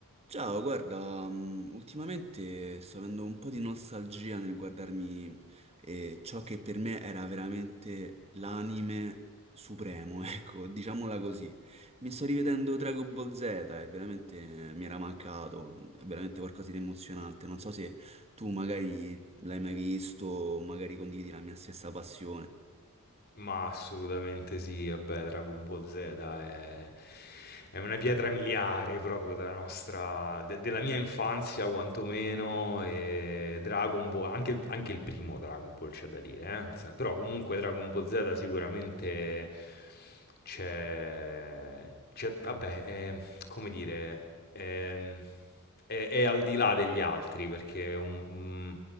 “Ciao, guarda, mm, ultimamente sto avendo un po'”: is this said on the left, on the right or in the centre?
Right